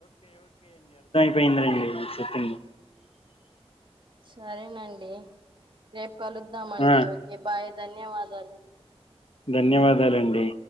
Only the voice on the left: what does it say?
పెండ్రైవ్ లో చెప్పింది
ఆ
ధన్యవాదాలండి